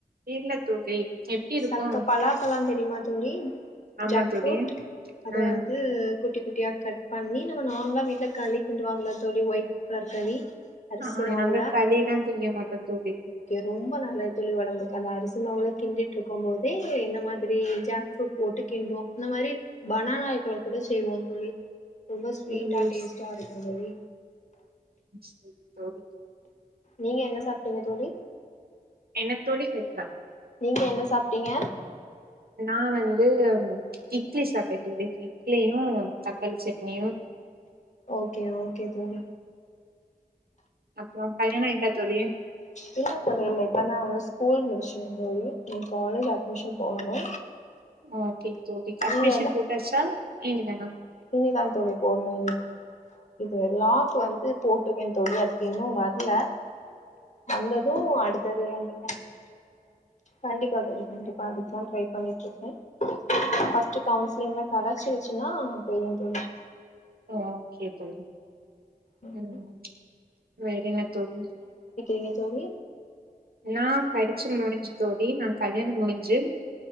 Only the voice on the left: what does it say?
சக்க பலாப்பழ தெரியுமா தோழி
ஜாக்
ஃப்ரூட் அத
வந்து குட்டி குட்டியா கட் பண்ணி நம்ம நார்மலா வீட்ல களி கிண்டுவாங்கள தோழி ஒயிட் கலர் களி அரிசி
மாவுல
ரொம்ப நல்லது தோழி உடம்புக்கு அந்த அரிசி மாவுல கிண்டிட்டு இருக்கு போதே இந்த மாதிரி ஜாக் புரூட் போட்டு கிண்டுவோ அந்த மாரி பனானா <unintelligible> கூட செய்வோ தோழி ரொம்ப ஸ்வீட்டா
டேஸ்ட்டா இருக்கு தோழி
நீங்க என்ன சாப்ட்டீங்க தோழி
நீங்க என்ன சாப்ட்டீங்க
ஓகே ஓகே தோழி
என்னா பண்ணினு இப்ப நா வந்து ஸ்கூல் முடிச்ச தோழி இனி காலேஜ் அட்மிஷன் போடணு
நீங்க
இனிமே தா தோழி போட்ணு <unintelligible> லாக் வந்து போட்ருக்கே தோழி அது இன்னு வர்ல வந்தது அடுத்தது வந்து கண்டிப்பா தோழி கண்டிப்பா அதுக்குதா ட்ரை பண்ணிட்டு இருக்க ஃபர்ஸ்ட்டு கவுன்சிலிங்ல கெடைச்சிர்ச்சுன்னா போயிருவ தோழி
ஆனா
எங்க தோழி